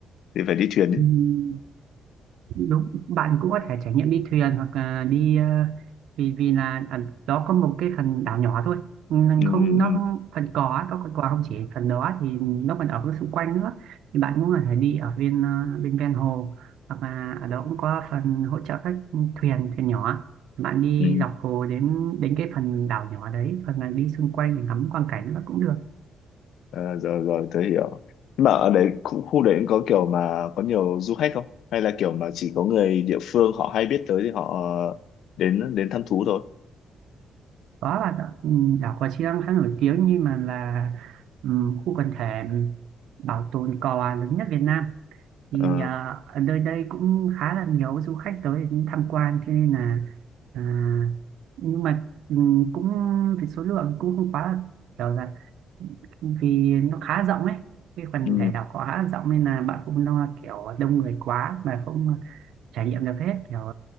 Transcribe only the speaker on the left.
thì phải đi thuyền chứ.
Ừ,
ừ,
ừ.
Ờ, rồi rồi tớ hiểu. Nhưng mà ở đấy khu, khu đấy cũng có kiểu mà có nhiều du khách không? Hay là kiểu mà chỉ có người địa phương họ hay biết tới thì họ đến đến thăm thú thôi.
Ờ,
ừ,